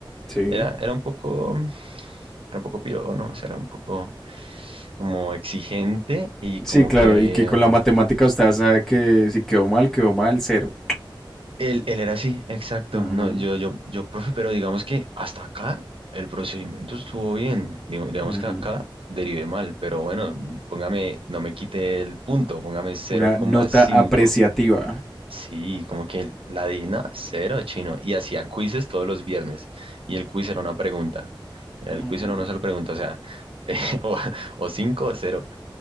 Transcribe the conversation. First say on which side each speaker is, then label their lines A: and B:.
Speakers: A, in the centre; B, on the right.
A: Sí.
B: Era, era un poco, era un poco piro, ¿no? O sea, era un poco como exigente y
A: Sí,
B: como
A: claro,
B: que...
A: y que con
B: mm,
A: la matemática usted sabe que si quedó mal, quedó mal, cero.
B: Él, él era así, exacto.
A: Ujú,
B: No, yo, yo, yo, profe, pero digamos que hasta acá el procedimiento estuvo bien. Digo- Digamos
A: ujú.
B: que acá derivé mal, pero bueno, póngame, no me quite el punto, póngame cero
A: Una
B: coma
A: nota
B: cinco
A: apreciativa.
B: Sí, como que la DINA, cero chino. Y hacía quizzes todos los viernes. Y el quiz era una pregunta. El
A: Mm.
B: quiz era una sola pregunta, o sea, <laughs> o, o 5 o 0.